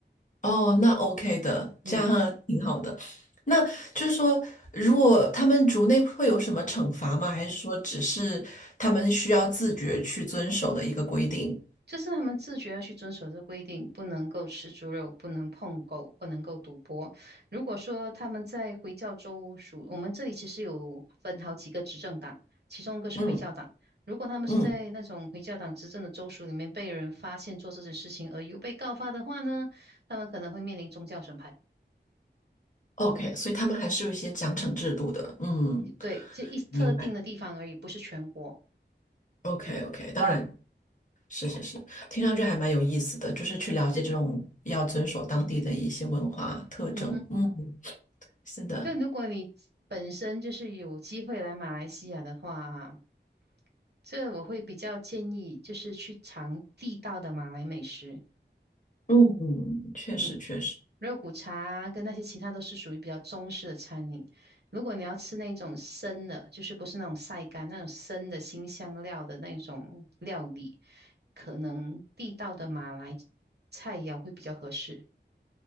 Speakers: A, on the left (about 40°); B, on the right (about 60°).
A: 哦，那 OK 的，这样挺好的。
B: 嗯。
A: 那就是说，如果他们族内会有什么惩罚吗？还是说只是他们需要自觉去遵守的一个规定？
B: 就是他们自觉要去遵守这规定，不能够吃猪肉，不能碰狗，不能够赌博。如果说他们在回教州属，我们这里其实有分好几个执政党，其中一个是回教党。
A: 嗯
B: 如果他们是在那种回教党执政的州属里面被人发现做这件事情而又被告发的话呢，
A: 嗯
B: 他们可能会面临宗教审判。
A: ，OK，所以他们还是有一些奖惩制度的。嗯，
B: 对，这一特定的地方而已，
A: 明白。
B: 不是全国。
A: OK OK，当然
B: 嗯
A: 是是是，听上去还蛮有意思的，就是去了解这种要遵守当地的一些文化特征。
B: 嗯哼。
A: 嗯，是的，
B: 但如果你本身就是有机会来马来西亚的话，这我会比较建议就是去尝地道的马来美食。
A: 嗯，确实确实。
B: 嗯，肉骨茶跟那些其他都是属于比较中式的餐饮。如果你要吃那种生的，就是不是那种晒干那种生的新香料的那种料理，可能地道的马来菜肴会比较合适。